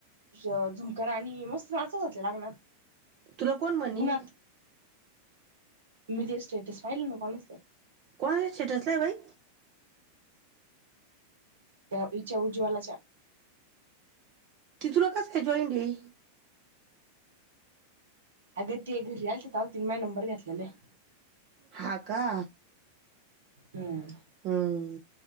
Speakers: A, on the right; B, on the right.
A: झुमकराणी मस्त नाचत होते लग्नात.
B: तुला कोण म्हणी
A: होनात मी ते स्टेटस पाहिलं ना काल.
B: कोणा स्टेटसला बाई?
A: त्या इच्या उज्ज्वलाच्या.
B: ती तुला कस का जॉंईंड हे?
A: अगं ते घरला आलती तव तेनी माय नंबर घेतल्यालं.
B: हा का
A: हं
B: हं